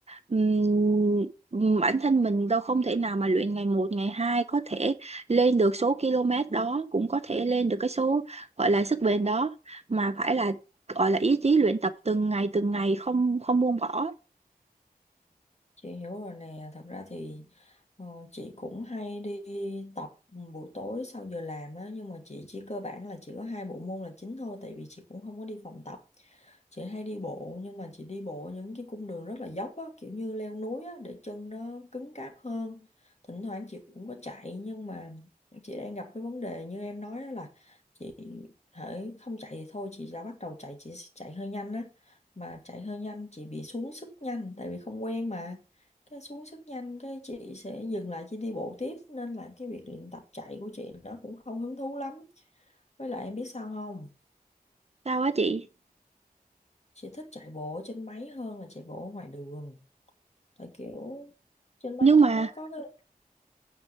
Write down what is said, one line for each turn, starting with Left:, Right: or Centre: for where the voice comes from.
Right: ừm, ừm, bản thân mình đâu không thể nào mà luyện ngày một ngày hai có thể lên được số km đó cũng có thể lên được cái số gọi là sức bền đó mà phải là gọi là ý chí luyện tập từng ngày từng ngày không không buông bỏ
Left: Chị hiểu rồi nè, thật ra thì ờ, chị cũng hay đi tập buổi tối sau giờ làm á, nhưng mà chị chỉ cơ bản là chỉ có hai bộ môn là chính thôi, tại vì chị cũng không có đi phòng tập. Chị hay đi bộ, nhưng mà chị đi bộ những cái cung đường rất là dốc á, kiểu như leo núi á, để chân nó cứng cáp hơn. Thỉnh thoảng chị cũng có chạy, nhưng mà chị đang gặp cái vấn đề như em nói á là chị hễ không chạy thì thôi, chị đã bắt đầu chạy, chị sẽ chạy hơi nhanh á. mà chạy hơi nhanh chị bị xuống sức nhanh tại vì không quen mà cái xuống sức nhanh cái chị sẽ dừng lại chị đi bộ tiếp nên là cái việc luyện tập chạy của chị nó cũng không hứng thú lắm với lại em biết sao không
Right: sao á chị
Left: chị thích chạy bộ ở trên máy hơn là chạy bộ ở ngoài đường tại kiểu trên máy
Right: nhưng
Left: cái
Right: mà
Left: nó có cái